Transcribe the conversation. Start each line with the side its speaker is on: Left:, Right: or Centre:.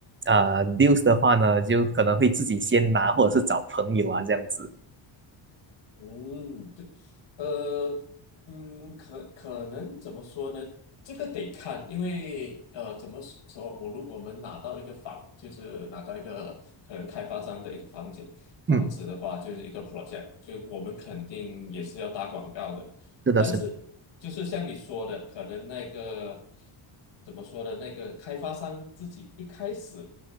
Right: 啊、n e w s 的话呢，就可能会自己先拿，或者是找朋友啊这样子。
Left: 嗯。呃，嗯，可可能怎么说呢？这个得看，因为呃，怎么说？我如果我们拿到一个房，就是拿到一个可能开发商的一个房子，房子的话，
Right: 嗯，
Left: 就是一个 project，就我们肯定也是要打广告的。
Right: 是的，
Left: 但是就是像你说的，
Right: 是的。
Left: 可能那个怎么说的，那个开发商自己一开始